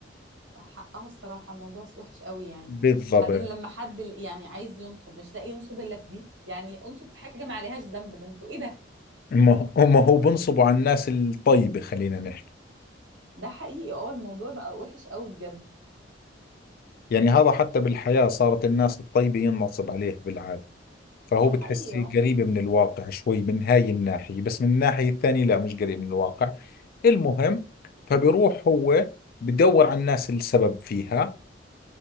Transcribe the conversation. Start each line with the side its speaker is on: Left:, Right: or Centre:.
Right: حقها الصراحه الموضوع وحش قوي يعني
Left: بالضبط
Right: وبعدين لما حد ال- يعني عايز ينصب مش لاقي ينصب الا في دي يعني انصب في حاجه ما عليهاش ذنب ده انتوا ايه ده
Left: هم هم هو بنصبوا على الناس الطيبة خلينا نحكي
Right: ده حقيقي اه الموضوع بقى وحش قوي بجد
Left: يعني هذا حتى بالحياة صارت الناس الطيبة ينصب عليها بالعادة فهو
Right: ده
Left: بتحسي
Right: حقيقي اه
Left: قريبة من الواقع شوي من هاي الناحية بس من الناحية الثانية لا مش قريب من الواقع المهم فبروح هو بدور على الناس السبب فيها